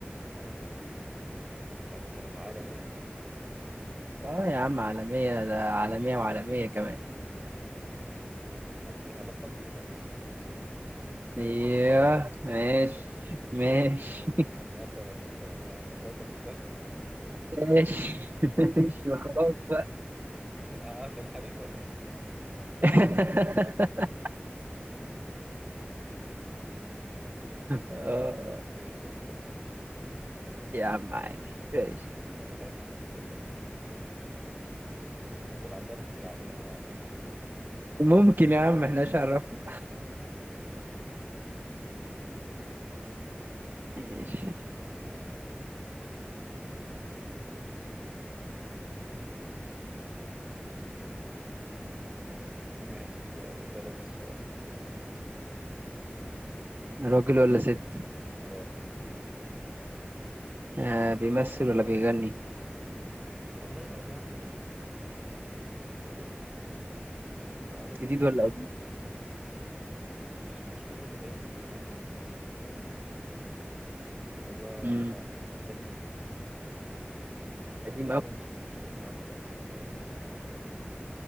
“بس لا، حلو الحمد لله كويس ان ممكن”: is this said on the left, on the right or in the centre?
Right